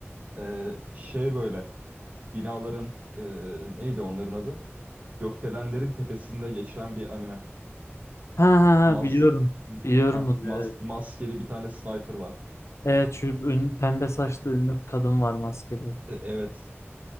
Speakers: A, on the right; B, on the left.
A: Ee, şey böyle binaların ee, neydi onların adı? Gökdelenlerin tepesinde geçen bir anime.
B: Ha ha
A: Mas
B: ha biliyorum.
A: m-
B: Biliyorum
A: ha
B: bunu.
A: mas
B: Evet.
A: maskeli bir tane sniper var.
B: Evet şu ün- pembe saçlı ünlü kadın var maskeli.
A: E- evet.